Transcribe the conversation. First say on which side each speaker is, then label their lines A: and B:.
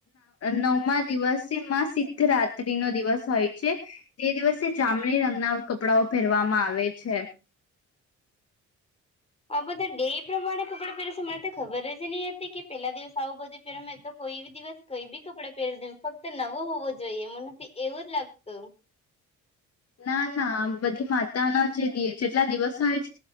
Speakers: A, on the left; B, on the left.
A: નવમાં દિવસ સમા સિ્ધરાથ ત્રી નો દિવસ હોય છે, જે દિવસે જામણી રંગના કપડાઓ પહેરવામાં આવે છે.
B: આ બધા ડે પ્રમાણે કપડં પહેરશ મને તો ખબર જ નહી હતી કે પેલા દિવસ આવું બધું પહેર મેં તો કોઈ દિવસ કોઈ બી કપડા પહેરી દ ફક્ત નવો હોવો જોઈએ એમ નથી એવું જ લાગતું.
A: ના ના. બધી માતાના જે જેટલા દિવસ <inaudible>